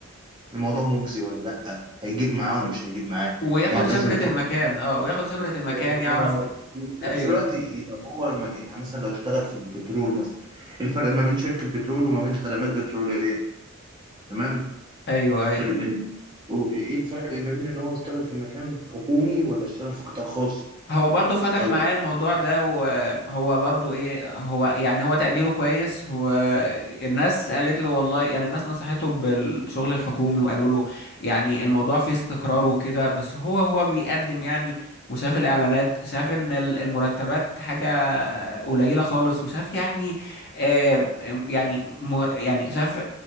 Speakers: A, on the right (about 20°); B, on the left (about 45°).
A: الموضوع مجزي ولا لأ هيجيب معاه ولا مش هيجيب معاه
B: وياخد
A: يعني
B: خبرة
A: لازم يفكر
B: المكان اه وياخد خبرة المكان
A: بالظبط
B: يعرف ال-
A: وفي نفس
B: ايوه
A: الوقت لو هو المجال يعني مثلا لو اشتغل في البترول مثلا الفرق ما بين شركة بترول وما بين خدمات بترولية تمام
B: ايوه ايوه
A: ال- ال- و- ايه الفرق ما بين ان هو يشتغل في مكان حكومي ولا يشتغل في قطاع خاص
B: هو برضه فتح
A: طيب
B: معايا الموضوع ده وهو برضه ايه هو يعني هو تقديره كويس والناس قالت له والله يعني الناس نصحته بالشغل الحكومي وقالوا له يعني الموضوع فيه استقرار وكده بس هو هو بيقدم يعني وشاف الاعلانات شاف ان ال- المرتبات حاجة قليلة خالص وشاف يعني آم، آم، يعني مر- يعني شاف